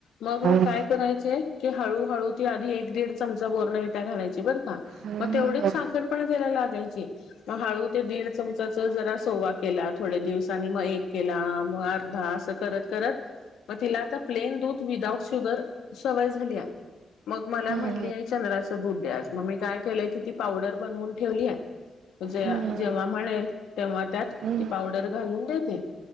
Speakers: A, on the left; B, on the right.
A: मग
B: हम्म.
A: मी काय करायचे की, हळूहळू ती आधी एक- दीड चमचा बोर्नविटा घालायचे बरं का,
B: हम्म,
A: मग तेवढीच
B: हम्म,
A: साखर पण तेला लागायची, मग हळू ते दीड चमचाचं जरा सवा केला. थोडे दिवसांनी मग एक केला, मग अर्धा असं करत करत मग तिला आता प्लेन दूध विदाउट शुगर सवय झालीया, मग मला
B: हम्म,
A: म्हटली आई चंद्राचं चं दूध द्या, मग मी काय केलंय कि ती पावडर बनवून ठेवली. जे
B: हम्म,
A: जेव्हा म्हणेल, तेव्हा त्यात
B: हम्म,
A: ती पावडर घालून देते.